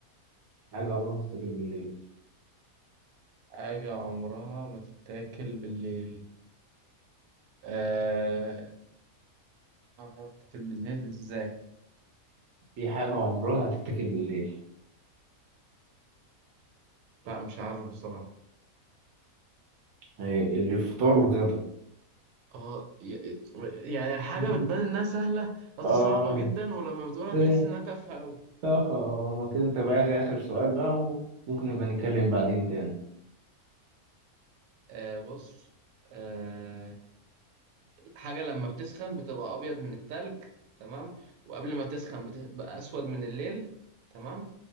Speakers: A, on the right; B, on the right.
A: حاجة عمرها ما تتاكل بالليل
B: حاجة عمرها ما تتاكل بالليل آه عمرها ما تتاكل بالليل ازاي
A: في حاجة عمرها ما تتاكل بالليل
B: لا مش عارف بصراحة
A: آه الفطار والغدا
B: اه ي- ي- يعني الحاجة
A: <laughs> مم.
B: بتبان انها سهلة قصدي
A: آه
B: صعبة جدا ولما بتقولها
A: ده-
B: تحس انها تافهة اوي
A: طب آه، ما كده أنت بقى آخر آخر سؤال بقى وممكن نبقى نتكلم بعدين تاني
B: آه بص آه الحاجة لما بتسخن بتبقى ابيض من التلج تمام وقبل ما تسخن بتبقى اسود من الليل تمام